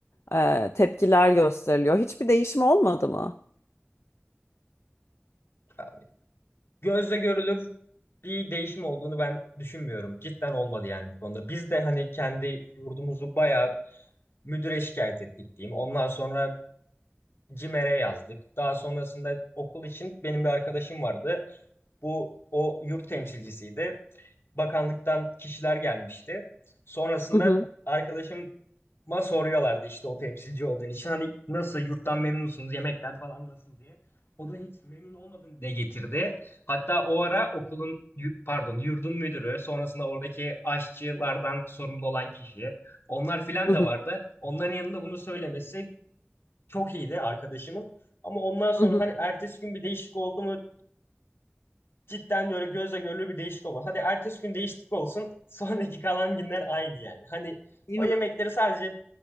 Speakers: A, on the left; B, on the left.
A: e, tepkiler gösteriliyor. Hiçbir değişim olmadı mı?
B: Yani gözle görülür bir değişim olduğunu ben düşünmüyorum. Cidden olmadı yani bu konuda. Biz de hani kendi yurdumuzu bayağı müdüre şikayet ettik diyeyim. Ondan sonra CİMER'e yazdık. Daha sonrasında okul için benim bir arkadaşım vardı. Bu o yurt temsilcisiydi. Bakanlıktan kişiler gelmişti. Sonrasında
A: Hı hı,
B: arkadaşıma soruyorlardı işte o temsilci olduğun için hani nasıl yurttan memnunsunuz yemekler falan nasıl diye. O da hiç memnun olmadığını dile getirdi. Hatta o ara okulun yu- pardon yurdun müdürü sonrasında oradaki aşçılardan sorumlu olan kişi onlar filan
A: hı
B: da
A: hı,
B: vardı. Onların yanında bunu söylemesi çok iyiydi arkadaşımın. Ama ondan sonra
A: hı hı.
B: hani ertesi gün bir değişik oldu mu cidden böyle gözle görülür bir değişik olmadı. Hadi ertesi gün değişiklik olsun. <laughs> Sonraki kalan günler aynı yani. Hani
A: Değil
B: o
A: mi?
B: yemekleri sadece